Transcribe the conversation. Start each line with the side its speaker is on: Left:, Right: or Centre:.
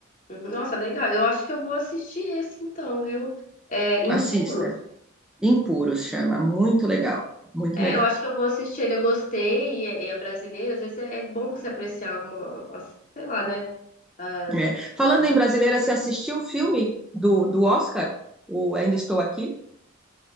Left: Uhum, Nossa, legal. Eu acho que eu vou assistir esse então, viu? É, Impuros.
Centre: Assista. Impuros chama, muito legal, muito
Left: É,
Centre: legal.
Left: eu acho que eu vou assistir ele, eu gostei, e é, e é brasileiro, às vezes é, é bom você apreciar alguma, as- sei lá, né? As-
Centre: É. Falando
Left: ah,
Centre: em brasileira, você assistiu o filme do, do Oscar? O Ainda Estou Aqui?